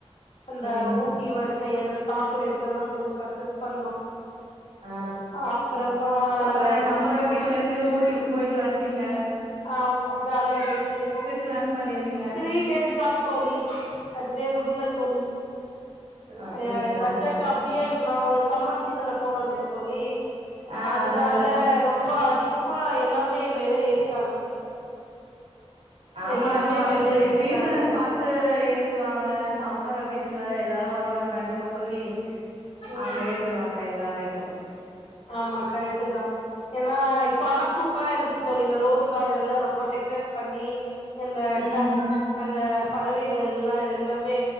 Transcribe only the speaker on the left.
அந்த
ஊட்டி வர்க்கை அந்த சாக்லேட்ஸ் எல்லா கொஞ்சோ பர்ச்சேஸ் பண்
அப்றமா
இந்த அங்க
ஆமா ஜாலியா இருந்துச்சு
த்ரீ டேஸ் தா தோழி அதுவே முடில தோழி
ஆ பட்ஜெட் அப்டியே இப் நம்ம சம்மர் சீசன்ல போனோ இல்லையா தோழி
அதுனால
ரொம்ப அதிகமா எல்லாம் மே வெற ஏத்திட்
எல்லாமே
வெல
ஏத்திட்டாங்க
ம்
ஆமா கரெக்ட்டு தா ஏன்னா இப்போ ஆனா சூப்பார இருந்துச்சி தோழி இந்த ரோஸ் கார்டன் எல்லா ரொம்ப டெக்கரேட் பண்ணி இந்த
டக் அந்த பறவைகள் எல்லா எல்லாமே